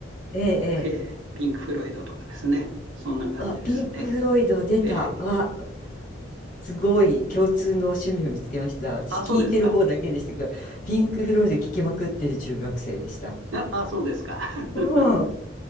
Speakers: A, on the left (about 40°); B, on the right (about 80°).
A: ええ、ええ。
B: えーピンク・フロイドとかですね。そんな感じですね。
A: あ、ピンク・フロイド出た。
B: えー
A: わ、すごい共通の趣味を見つけました。私聞いてる方だけでしたけど、
B: あ、そうですか。
A: ピンク・フロイド聴きまくってる中学生でした。
B: あ、あそうですか。<laughs>
A: うん、